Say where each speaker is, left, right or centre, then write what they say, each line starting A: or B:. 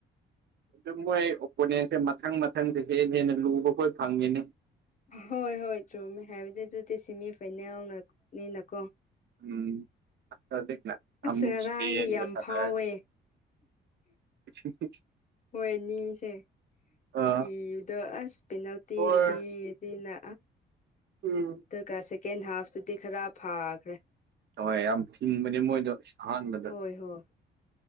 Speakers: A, on the right; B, on the left.
A: ꯑꯗꯨ ꯃꯣꯏ ꯑꯣꯄꯣꯅꯦꯟꯁꯦ ꯃꯊꯪ ꯃꯊꯪꯗꯤ ꯍꯦꯟꯅ ꯍꯦꯟꯅ ꯂꯨꯕꯈꯣꯏ ꯐꯪꯉꯦꯅꯦ
B: ꯍꯣꯏ ꯍꯣꯏ ꯆꯨꯝꯃꯦ ꯍꯥꯏꯕꯗꯤ ꯑꯗꯨꯗꯤ ꯁꯤꯃꯤ ꯐꯥꯏꯅꯦꯜꯅ ꯅꯤꯅꯀꯣ꯫
A: ꯎꯝ ꯑꯇꯔꯗꯤꯛꯅ
B: ꯑꯁ
A: ꯑꯃꯨꯛ
B: ꯉꯔꯥꯡꯗꯤ
A: ꯏꯁꯄꯦꯟꯒ
B: ꯌꯥꯝ
A: ꯁꯥꯟꯅꯔꯅꯤ꯫
B: ꯐꯥꯎꯋꯦ
A: <unintelligible>
B: ꯍꯣꯏꯅꯤꯁꯦ꯫
A: ꯑꯥ
B: ꯀꯤꯕꯗꯣ ꯑꯁ ꯄꯦꯅꯥꯜꯇꯤꯒ
A: ꯍꯣꯏ
B: ꯄꯤꯔꯗꯤꯅ꯫
A: ꯎꯝ
B: ꯑꯗꯨꯒ ꯁꯦꯀꯦꯟ ꯍꯥꯐꯇꯗꯤ ꯈꯔ ꯐꯥꯈ꯭ꯔꯦ꯫
A: ꯍꯣꯏ ꯌꯥꯝ ꯐꯤꯡꯕꯅꯦ ꯃꯣꯏꯗꯣ ꯑꯍꯥꯟꯕꯗ꯫
B: ꯑꯦꯍꯣ꯫